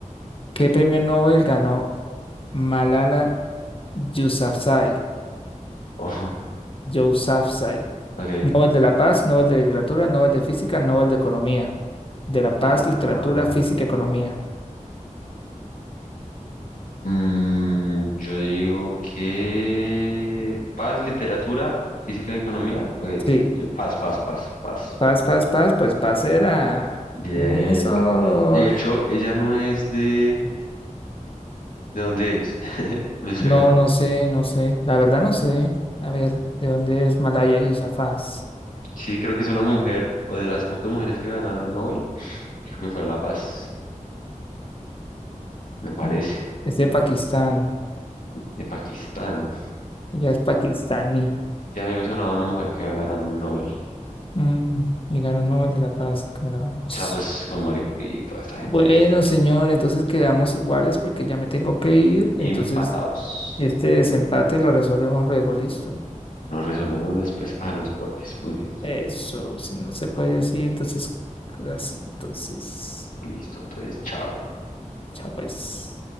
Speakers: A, on the left; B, on the left.
A: ¿Qué premio Nobel ganó Malala Yousafzai?
B: Ojo.
A: Yousafzai.
B: ok.
A: Nobel de la Paz, Nobel de Literatura, Nobel de Física, Nobel de Economía. De la Paz,
B: Ah,
A: Literatura, Física, Economía.
B: mm, yo digo que paz, literatura, física y economía. Ok.
A: Sí,
B: yo- Paz, paz, paz, paz.
A: paz, paz, paz, pues paz era.
B: Bien.
A: Eso.
B: De hecho, ella no es de... ¿De dónde es? <laughs> Me suena.
A: No, no sé, no sé. La verdad no sé. A ver, ¿de dónde es Malaya Yousafzai?
B: Sí, creo que es una mujer, o de las pocas mujeres que ganaron Nobel, y creo que fue a La Paz, me parece,
A: Mm, Es de Pakistán.
B: de Pakistán.
A: Ella es pakistaní.
B: Sí, a mí me sonaba una mujer que había ganado un Nobel.
A: Mm, y ganó Nobel de la Paz, como la vemos.
B: O sea, pues con Marie Curie y toda esta gente.
A: Bueno, señor, entonces quedamos iguales porque ya me tengo que ir. Entonces,
B: Empatados.
A: este desempate lo resolvemos luego, listo.
B: Nos resolvemos después a los golpes. Muy bien.
A: Eso, si no se puede así, entonces, así, entonces,
B: Listo, entonces, chao.
A: chao pues.